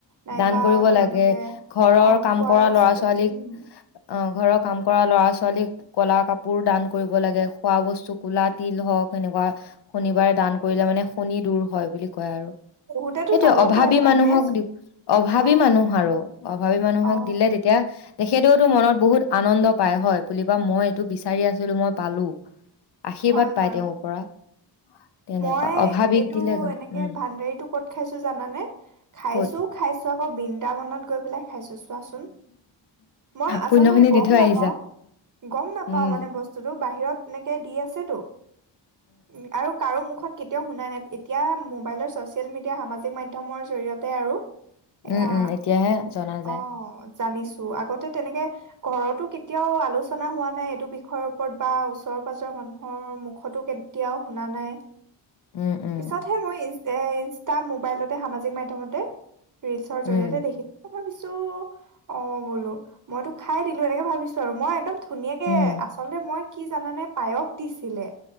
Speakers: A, on the right; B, on the left.
A: নাইবা
B: দান কৰিব
A: তেওঁলোকে
B: লাগে ঘৰৰ
A: অ
B: কাম
A: খোৱা
B: কৰা
A: বস্তু
B: ল'ৰা ছোৱালীক
A: উম
B: অ ঘৰৰ কাম কৰা লৰা ছোৱালীক ক'লা কাপোৰো দান কৰিব লাগে, খোৱা বস্তু কলা তিল হওক এনেকুৱা শনিবাৰে দান কৰিলে মানে শনি দূৰ হয় বুলি কয় আৰু
A: বহুতেতো
B: সেইটোয়ে
A: নলবই
B: অভাৱী
A: হয়নে
B: মানুহক দিওঁ। অভাৱ ভাবি
A: অ
B: মানুহ আৰু অভাৱী মানুহক
A: অ
B: দিলে তেতিয়া তেখেতেওতো মনত বহুত আনন্দ পায় হয় বুলিবা মই এইটো বিচাৰি আছিলো মই পালো আশীৰ্বাদ
A: হয়
B: পাই
A: বাৰু
B: তেওঁৰ পৰা তেনেকুৱা
A: মই
B: অভাৱীক
A: এইটো
B: দিলে
A: এনেকে
B: উম
A: ভাণ্ডাৰীতটো ক'ত খাইছো জানানে খাইছো
B: ক'ত
A: খাইছো আকৌ বিন্দ বিন্দাবনত গৈ পেলাই খাইছো চোৱাচোন মই আচলতে
B: পূণ্যখিনি
A: গম
B: দি থৈ
A: নাপাও
B: আহিছা।
A: গম নাপাওঁ‌
B: উম,
A: মানে বস্তুতটো বাহিৰত এনেকে দি আছেতো উম আৰু মুখত কেতিয়াও শুনা নাই এতিয়া মবাইলৰ চচিয়েল মিডিয়া সামাজিক মাধ্যমৰ জৰিয়তে আৰু
B: উম
A: এয়া
B: উম এতিয়াহে জনা যায়।
A: অ জানিছো আগতে তেনেকে ঘৰতো কেতিয়াও আলোচনা হোৱা নাই এইটো বিষয়ৰ ওপৰত বা ওচৰ পাজৰৰ মানুহৰ মুখতো কেতিয়াও শুনা নাই
B: উম, উম,
A: পিছতহে মই এ ইনষ্টা মোবাইলতে সামাজিক মাধ্যমতে ৰিলচৰ
B: উম,
A: জৰিয়তে দেখি ভাবিছো অ' বোলো মইতো খাই দিলোঁ‌ এনেকে ভাবিছো আৰু মই একদম ধুনীয়াকে
B: উম,
A: আচলতে মই কি জানানে পায়স দিছিলে